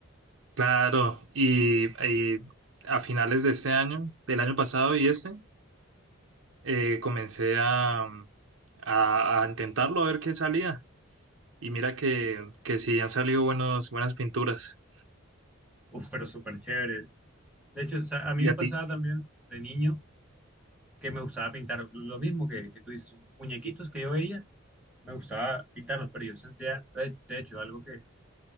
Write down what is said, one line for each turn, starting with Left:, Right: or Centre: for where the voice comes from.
Right: claro, y, y a finales de este año, del año pasado y este, eh, comencé a, a, a intentarlo a ver qué salía. Y mira que, que sí han salido buenos, buenas pinturas.
Centre: <laughs> Uf, pero súper chévere. De hecho, o sea, a mí
Right: ¿Y
Centre: me
Right: a
Centre: pasaba
Right: ti?
Centre: también de niño que me gustaba pintar lo mismo que, que tú dices, un- muñequitos que yo veía, me gustaba pintarlos, pero yo sentía, de, de hecho, algo que,